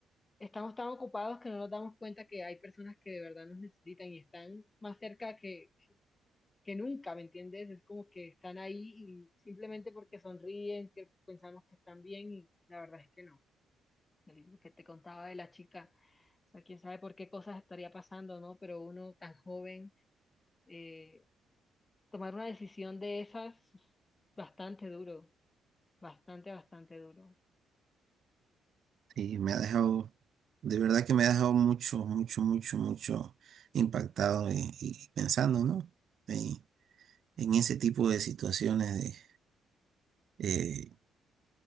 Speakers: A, on the left (about 25°); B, on the right (about 60°).
A: estamos tan ocupados que no nos damos cuenta que hay personas que de verdad nos necesitan y están más cerca que, que nunca, ¿me entiendes? Es como que están ahí y simplemente porque sonríen, que pensamos que están bien y la verdad es que no. Lo mismo que te contaba de la chica, o sea, quién sabe por qué cosas estaría pasando, ¿no? Pero uno tan joven, eh, tomar una decisión de esas, bastante duro, bastante, bastante duro
B: Sí, me ha dejado, de verdad que me ha dejado mucho, mucho, mucho, mucho impactado y, y pensando, ¿no? En, en ese tipo de situaciones de eh,